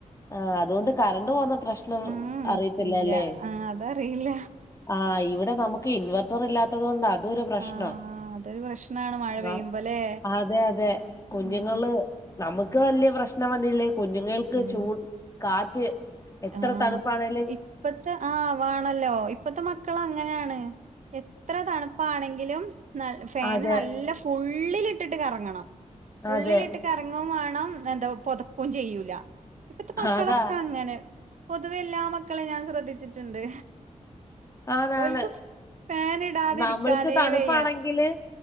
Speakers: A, on the left; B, on the right.
A: ആഹ് അതുകൊണ്ട് കറണ്ട് പോന്ന പ്രശ്നം
B: ഉം
A: അറിയത്തില്ലല്ലേ
B: ഇല്ല ആ അതറിയില്ല
A: ആഹ് ഇവിടെ നമുക്ക് ഇൻവർ ഇല്ലാത്തത് കൊണ്ടാ ഇതരു പ്രശ്ന
B: ആ അതൊരു പ്രശ്നാണ് മഴ പെയ്യുമ്പോല്ലേ
A: ആ അതെ അതെ കുഞ്ഞുങ്ങള്
B: ഉം
A: നമുക്ക് വലിയ പ്രശ്നം വന്നില്ലേ കുഞ്ഞുങ്ങ
B: ഉം
A: ചൂട് കാറ്റ് എത്ര
B: ആ
A: തണുപ്പാണ്
B: ഇപ്പത്തെ ആഹ് വാണല്ലോ ഇപ്പത്തെ മക്കൾ അങ്ങനെണ് എത്ര തണുപ്പാണെങ്കിലും ന ഫാന്
A: അതെ
B: നല്ല ഫുള്ളിലിട്ടിട്ട് കറങ്ങണം ഫുള്ളിലിട്ട്
A: അതെ
B: കറങ്ങും വേണം എന്താ പൊതക്കും ചെയ്യൂല ഇപ്പത്തെ മക്കളൊക്കെ
A: അതാ
B: അങ്ങനെ പൊതുവെ എല്ലാ മക്കളെയും ഞാൻ ശ്രദ്ധിച്ചിട്ടുണ്ട്
A: ആതാണ്
B: ഓൽക്ക് ഫാൻ ഇടാതിരിക്കാനേ
A: നമ്മൾക്ക് തണുപ്പാണെങ്കില്
B: വയ്യ